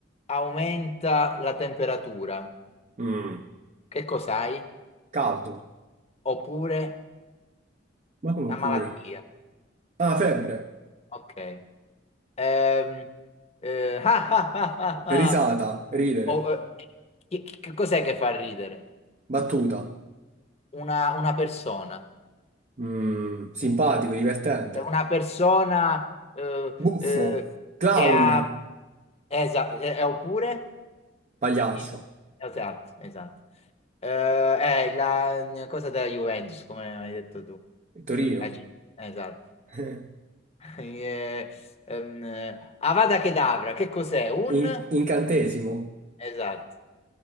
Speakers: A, on the left; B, on the right.
A: aumenta la temperatura.
B: Mm.
A: Che cos'hai?
B: Caldo.
A: Oppure
B: Ma come
A: una
B: pure?
A: malattia.
B: Ah, febbre.
A: Ok. Ehm, eh, <laughs> ah, ah, ah,
B: Risata.
A: ah.
B: Ridere.
A: Oh, eh, chi- chi- che cos'è che fa ridere?
B: Battuta.
A: Una, una persona.
B: Mm, simpatico, divertente.
A: È una persona eh,
B: Buffo,
A: eh,
B: clown,
A: che ha... Esa- eh, eh, oppure...
B: pagliaccio,
A: in- Esatto, esatto. Eh, è la cosa della Juventus, come hai detto tu.
B: Torino,
A: Eh, ci- Esatto.
B: <laughs>
A: <laughs> Eh, ehm, eh, Avada Kedavra, che cos'è? Un...
B: In- incantesimo,
A: Esatto.